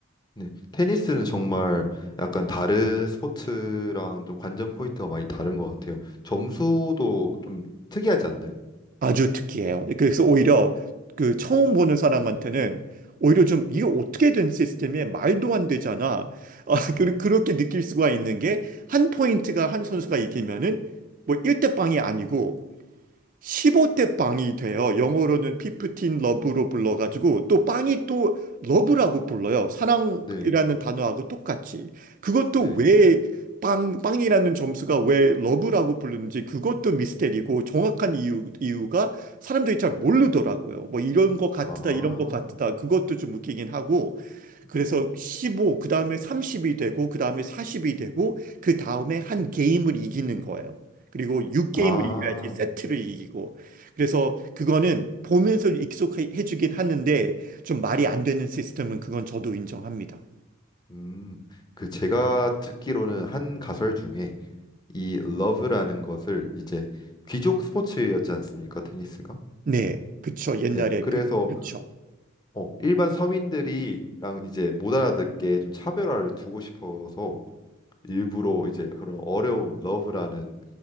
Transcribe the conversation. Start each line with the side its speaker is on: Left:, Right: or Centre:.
Left: 네, 테니스는 정말 약간 다른 스포츠랑 좀 관전 포인트가 많이 다른 것 같아요. 점수도 좀 특이하지 않나요?
Right: 아주 특이해요. 그래서 오히려 그 처음 보는 사람한테는 오히려 좀 이게 어떻게 된 시스템이야? 말도 안 되잖아. 아,
Left: 네,
Right: 그- 그렇게 느낄 수가 있는 게 한 포인트가 한 선수가 이기면은 뭐 1대 0이 아니고 15대 빵이 돼요. 영어로는 피프틴 러브로 불러가지고 또 빵이 또 러브라고 불러요. 사랑이라는
Left: 네,
Right: 단어하고 똑같이. 그것도
Left: 네.
Right: 왜 빵, 빵이라는 점수가 왜 러브라고 부르는지 그것도 미스테리고 정확한 이유, 이유가 사람들이 잘 모르더라고요. 뭐 이런 것 같다,
Left: 아,
Right: 이런 것 같다. 그것도 좀 웃기긴 하고. 그래서
Left: 네.
Right: 15, 그 다음에 30이 되고, 그 다음에 40이 되고, 그 다음에 한 게임을 이기는 거예요. 그리고 6게임을
Left: 아,
Right: 이겨야지 세트를 이기고. 그래서 그거는 보면서 익숙해 주긴 하는데 좀 말이 안 되는 시스템은 그건 저도 인정합니다.
Left: 음. 그 제가 듣기로는 한 가설 중에 이 러브라는 것을 이제 귀족 스포츠였지 않습니까? 테니스가?
Right: 네, 그쵸. 옛날에
Left: 네, 그래서
Right: 그, 그쵸.
Left: 어, 일반 서민들이랑 이제 못 알아듣게 좀 차별화를 두고 싶어서 일부러 이제 그런 어려운 러브라는